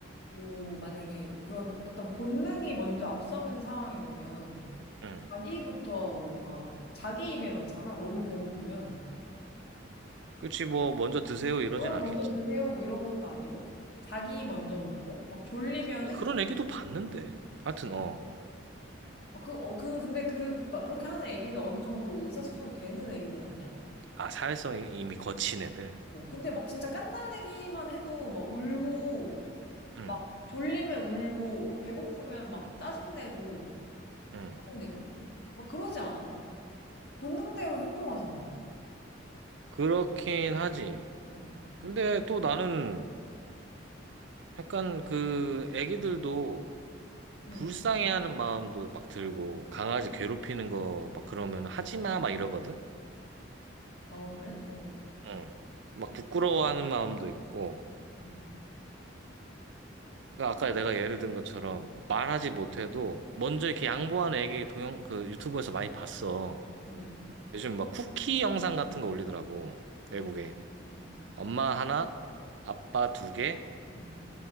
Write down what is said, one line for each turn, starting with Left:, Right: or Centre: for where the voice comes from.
Left: 뭐, 만약에 그런 어떤 본능이 먼저 앞서는 상황이 오면
Right: 응.
Left: 자기부터 뭔가 자기 입에 넣잖아. 너무 배고프면.
Right: 그치 뭐 먼저 드세요 이러진
Left: 얼른
Right: 않겠지.
Left: 먼저 드세요. 뭐 이런 것도 아니고 자기 먼저 먹고 막 졸리면은
Right: 근데 그런 애기도 봤는데. 하여튼 어.
Left: 어, 그, 어, 그, 근데 그, 막 그렇게 하는 애기는 어느 정도 의사소통이 되는 애기들 아니야?
Right: 아, 사회성이 이미 거친 애들.
Left: 어, 근데 막 진짜 갓난 애기만 해도 막 울고
Right: 응
Left: 막 졸리면 울고 막 배고프면 막 짜증내고
Right: 응.
Left: 짜증내고 막 그러지 않아? 본능대로 행동하잖아.
Right: 그렇긴 하지.
Left: 어.
Right: 근데 또 나는 약간 그 애기들도
Left: 응.
Right: 불쌍해하는 마음도 막 들고 강아지 괴롭히는 거 막 그러면 하지 마 막 이러거든.
Left: 어, 그래? 어.
Right: 어. 막 부끄러워하는 마음도 있고,
Left: 응.
Right: 그러니까 아까 내가 예를 든 것처럼 말하지 못해도 먼저 이렇게 양보하는 애기 동영, 그 유튜브에서 많이 봤어.
Left: 응.
Right: 요즘 막 쿠키 영상 같은 거 올리더라고. 외국에.
Left: 어. 응.
Right: 엄마 하나, 아빠 두 개,
Left: 응.